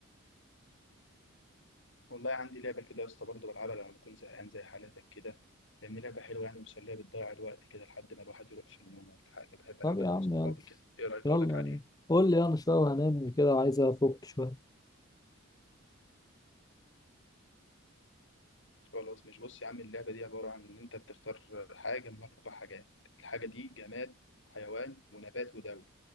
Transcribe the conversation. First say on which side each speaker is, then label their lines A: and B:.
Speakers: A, on the left; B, on the left.
A: والله عندي لعبه كده يا اسطى برضه بلعبها لما بكون زهقان زي حالتك كده لان لعبه حلوه يعني مسليه بتضيع الوقت كده لحد ما الواحد يروح في النوم ولا حاجه بحب العبها
B: طب يا
A: انا
B: عم
A: واصحابي
B: يلا
A: كده ايه رايك
B: يلا
A: اقول لك عليها
B: قول لي انا شويه وهنام وكده عايز افك شويه
A: خلاص مش بص يا عم اللعبه دي عباره عن ان انت بتختار حاجه من اربع حاجات الحاجه دي جماد حيوان ونبات ودولة